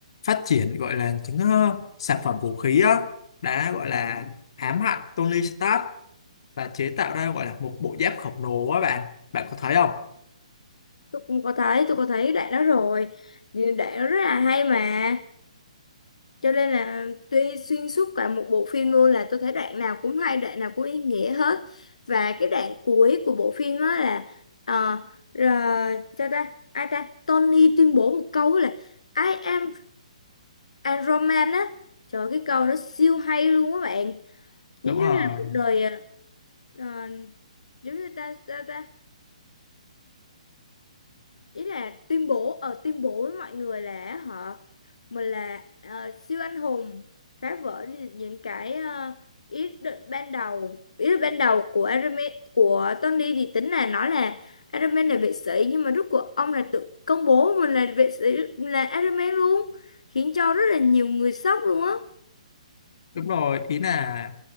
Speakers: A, on the left; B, on the left.
A: phát triển gọi là những ờ, sản phẩm vũ khí á đã gọi là ám hại Tony Stark và chế tạo ra gọi là một bộ giáp khổng lồ á bạn bạn có thấy không
B: tôi cũng có thấy tôi có thấy đoạn đó rồi Thì đoạn đó rất là hay mà cho nên là tuy xuyên suốt cả một bộ phim luôn là tôi thấy đoạn nào cũng hay đoạn nào cũng ý nghĩa hết và cái đoạn cuối của bộ phim á là ờ, rồi sao ta ai ta Tony tuyên bố một câu là I am a Roman á trời ơi, cái câu đó siêu hay luôn các bạn giống
A: đúng
B: như
A: rồi
B: là một đời ờ, ờ, giống như ta sao ta ý là tuyên bố ở tuyên bố với mọi người là họ mình là ờ, siêu anh hùng phá vỡ đi những cái ờ, ý định ban đầu ý định ban đầu của Iron Man, của Tony thì tính là nói là Iron Man là vệ sĩ nhưng mà rốt cuộc ông là tự công bố mình là vệ sĩ là Iron Man luôn khiến cho rất là nhiều người sốc luôn á
A: đúng rồi ý là